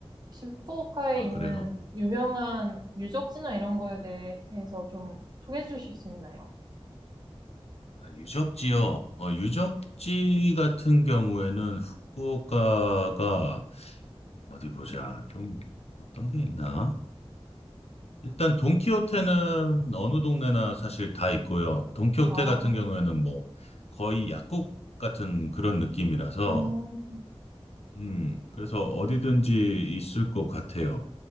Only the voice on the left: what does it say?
아,
그래요?
아, 유적. 지요 어, 유적지 같은 경우에는 후쿠오카가 어디 보자. 좀 어떤 게 있나? 일단 돈키호테는 어느 동네나 사실 다 있고요. 돈키호테
같은 경우에는 뭐 거의 약국 같은 그런 느낌이라서
음, 그래서 어디든지 있을 것 같아요.